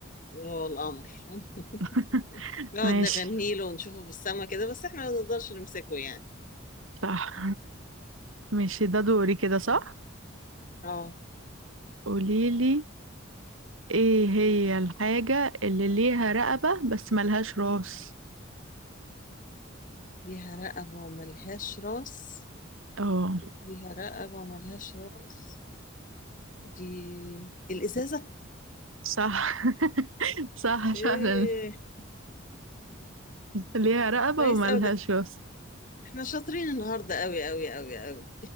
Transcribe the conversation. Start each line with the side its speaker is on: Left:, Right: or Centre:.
Left: وهو القمر <laughs>
Right: <laughs>
Left: نقعد
Right: ماشي
Left: نغني له ونشوفه في السماء كده بس إحنا ما نقدرش نمسكه يعني
Right: صح ماشي ده دوري كده صح
Left: آه
Right: قوليلي ايه هي الحاجة اللي ليها رقبة بس ملهاش راس
Left: ليها رقبة وملهاش راس
Right: اه
Left: ليها رقبة وملهاش راس دي الإزازة
Right: صح <laughs> صح فعلا
Left: إيه
Right: ليها رقبة
Left: كويس
Right: وملهاش
Left: أوي ده
Right: راس
Left: احنا شاطرين النهارده قوي قوي قوي قوي